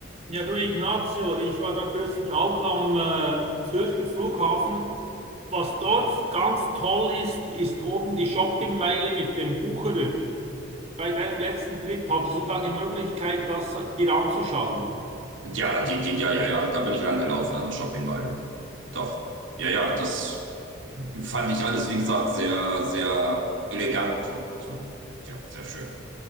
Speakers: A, on the right (about 35°); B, on the right (about 75°).
A: Ja, du Ignazio, ich war da kürzlich auch am äh, Zürcher Flughafen. Was dort ganz toll ist, ist oben die Shoppingmeile mit dem Bucherer. Bei deinem letzten Trip hattest du da die Möglichkeit, das dir anzuschauen.
B: Ja, die, die, ja, ja, ja, da bin ich lang gelaufen an der Shoppingmeile. Doch. Ja, ja, das fand ich alles, wie gesagt, sehr, sehr elegant und ähm, ja, sehr schön.